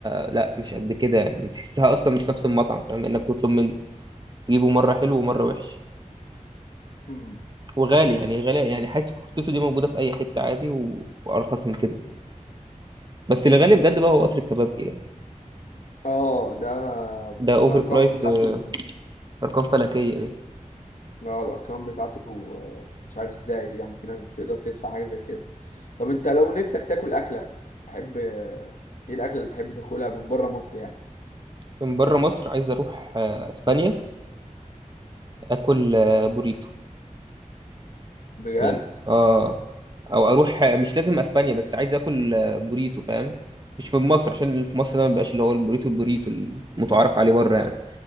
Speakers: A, on the right; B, on the left.
A: لا مش قد كده يعني تحسها اصلا مش نفس المطعم فاهم انك بتطلب من تجيبه مره حلو ومره وحش
B: امم
A: وغالي يعني غالي يعني حاسس كفتته دي موجوده في اي حته عادي و... وارخص من كده بس اللي غالي بجد بقى هو قصر الكبابجي يعني
B: اه ده
A: ده اوفر
B: الأرقام
A: برايس
B: بتاعته
A: ده ارقام فلكيه ده
B: لا الأرقام بتاعته آه، مش عارف ازاي يعني في ناس بتقدر تدفع حاجة زي كده طب انت لو نفسك تاكل أكلة تحب آه، ايه الأكلة اللي تحب تاكلها من بره مصر يعني
A: من بره مصر عايز اروح آه، اسبانيا اكل آه، بوريتو
B: بجد؟
A: تمام اه او اروح مش لازم اسبانيا بس عايز اكل آه، بوريتو فاهم مش من مصر عشان اللي في مصر ده ما بيبقاش اللي هو البوريتو البوريتو المتعارف عليه بره يعني